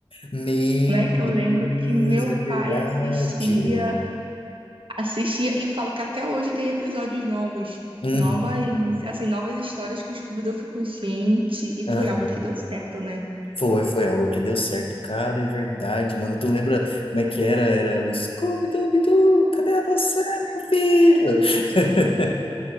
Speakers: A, on the left (about 70°); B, on the right (about 65°).
A: Meu
B: né?
A: Deus,
B: Que eu lembro que meu
A: é verdade.
B: pai assistia, assistia, e eu falo que até hoje tem episódios novos.
A: Uhum.
B: Novas, assim, novas histórias que o Scooby-Doo ficou, gente, e
A: Aham.
B: foi algo que deu certo, né?
A: Foi, foi algo que deu certo. Cara, é verdade, mano. Tu lembra como é que era? Era o Scooby-Dooby-Doo, cadê você, meu filho? <laughs>